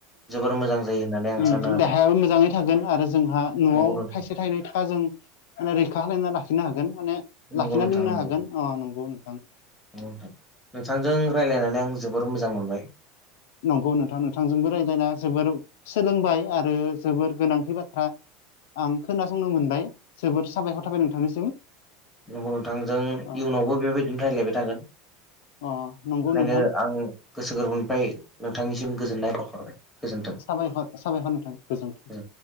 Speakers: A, in the centre; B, on the left.
A: जोबोर मोजां जायो होननानै आं
B: उम
A: सानो आरो
B: देहायो मोजाङै थागोन आरो जोंहा न'आव
A: नंगौ नोंथां
B: थाइसे थाइनै थाखा जों माने रैखा खालायना लाखिनो हागोन माने
A: नंगौ
B: लाखिना
A: नोंथां
B: दोननो
A: नंगौ
B: हागोन अ नंगौ नोंथां
A: नोंथांजों रायज्लायनानै आं जोबोर मोजां मोनबाय।
B: नंगौ नोंथां नोंथांजोंबो रायज्लायना जोबोर सोलोंबाय आरो जोबोर गोनांथि बाथ्रा आं खोनासंनो मोनबाय जोबोर साबायखर थाबाय नोंथांनिसिम।
A: नंगौ नोंथां जों
B: अ
A: इयुनावबो बेबायदिनो रायज्लायबाय थागोन।
B: अ नंगौ
A: ओंखायनो
B: नोंथां।
A: आं गोसो गोरबोनिफ्राय नोंथांनिसिम गोजोननाय बावहरबाय। गोजोन्थों
B: साबाखर साबायखर नोंथां गोजोनथों।
A: गोजोन्थों